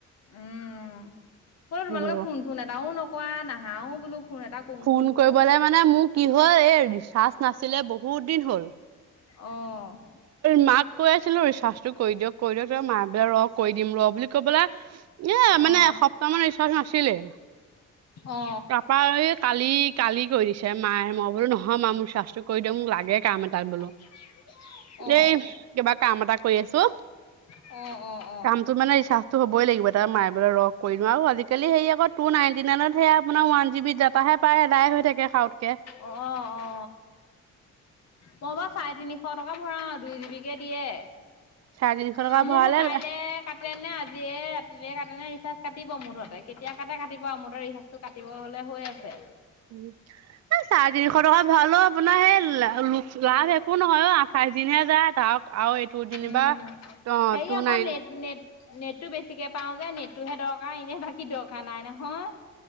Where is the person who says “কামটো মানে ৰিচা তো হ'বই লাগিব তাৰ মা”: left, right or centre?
Right